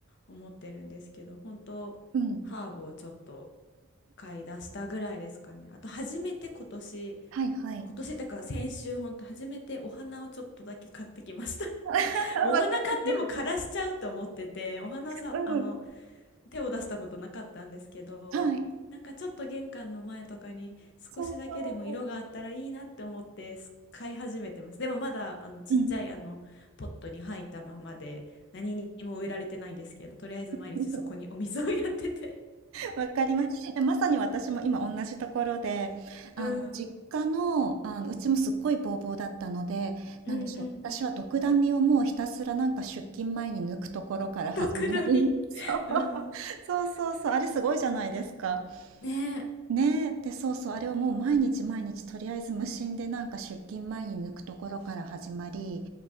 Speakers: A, on the left (about 55°); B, on the right (about 70°).
A: 思ってるんですけど、本当ハーブをちょっと
B: うん。
A: 買い出したぐらいですかね。あと初めて今年、
B: はいはい。
A: 今年ってか先週ほんと初めてお花をちょっとだけ買ってきました。
B: <laughs> わかる。
A: お花買っても枯らしちゃうと思ってて、お花さ、
B: うん、
A: あの、手を出したことなかったんですけど、
B: はい。
A: なんかちょっと玄関の前とかに少しだけでも色があったらいいなって思ってす買い始めてます。
B: そうそ
A: でもまだあのちっちゃいあのポットに入ったままで何にも植えられてないんですけど、
B: う。うん。
A: とりあえず毎日そこにお水をやってて。
B: <laughs> わかります。え、まさに私も今同じところで、あの、
A: うん、
B: 実家の、
A: うん
B: あの、うちもすっごいボーボーだったので、
A: うんうん。
B: なんでしょう。私は独壇身をもうひたすらなんか出勤前に抜くところから始まり、
A: 特ダミ。
B: そう、
A: うん。
B: そうそうそう、あれすごいじゃないですか。
A: ねえ。
B: ね、えで、そうそう、あれをもう毎日毎日とりあえず無心でなんか出勤前に抜くところから始まり、